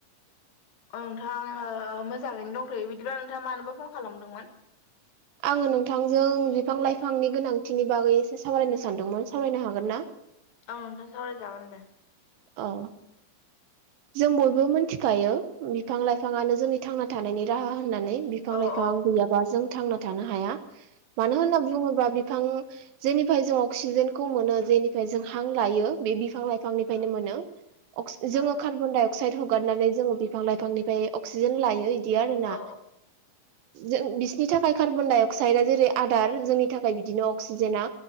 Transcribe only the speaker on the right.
आङो नोंथांजों बिफां लाइफांनि गोनांथिनि बागै एसे सावरायनो सानदोंमोन सावरायनो हागोन ना
औ जों बयबो मिथिखायो बिफां लाइफाङानो जोंनि थांना थानायनि राहा होननानै बिफां
लाइफां
गैयाबा जों थांना थानो हाया मानो
होनना बुङोबा। बिफां जेनिफ्राय जों अक्सिजेनखौ मोनो जेनिफ्राय जों हां लायो बे बिफां लाइ बिफांनिफ्रायनो
मोनो जोङो
कार्बन डाय अक्साइड हगारनानै जों बिफां लाइफांनिफ्राय अक्सिजेन लायो बिदि आरोोना
जों बिसोरनि थाखाय कार्बन डाइ अक्साइडआ जेरै आदार जोंनि थाखाय बिदिनो अक्सिजेना।